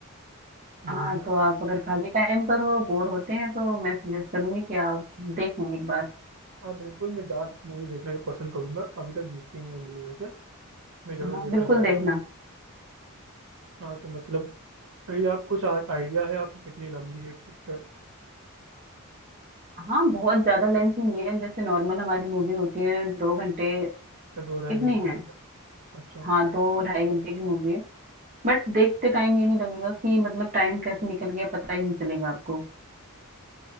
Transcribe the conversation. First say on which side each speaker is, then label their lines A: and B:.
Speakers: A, on the right; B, on the right.
A: मूवीज
B: हाँ
A: में
B: तो आप अगर खाली टाइम पर हो बोर होते हैं तो मैं सजेस्ट करूंगी कि आप देखें एक बार
A: हाँ बिल्कुल मैं जाट मूवी देखना पसंद करूंगा अभी तक देखी नहीं है मैंने वैसे मैं जरूर
B: हाँ
A: देखना
B: बिल्कुल
A: चाहूंगा
B: देखना
A: हाँ तो मतलब ये आपको कुछ आइडिया है आपको कितनी लंबी है पिक्चर
B: हाँ बहुत ज्यादा लेंथ ही नहीं है जैसे नॉर्मल हमारी मूवी होती है दो घंटे
A: अच्छा दो ढाई
B: इतनी
A: घंटे
B: है
A: अच्छा अच्छा
B: हाँ दो ढाई घंटे की मूवी है बट देखते टाइम ये नहीं लगेगा कि मतलब टाइम कैसे निकल गया पता ही नहीं चलेगा आपको